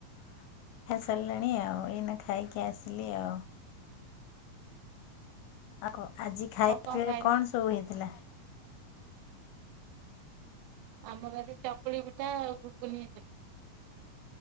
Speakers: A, on the left (about 80°); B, on the right (about 90°).
A: ସରିଲାଣି ଆଉ ଏଇନା ଖାଇକି କି ଆସିଲି ଆଉ। ଆ କ ଆଜି ଖାଇବା
B: କଣ
A: ପିଇବାରେ
B: ଖାଇଲ?
A: କଣ ସବୁ ହେଇଥିଲା?
B: ଆମର ଆଜି ଚକୁଳି ପିଠା ଆଉ ଘୁଗୁନି। ହେଇଥିଲା।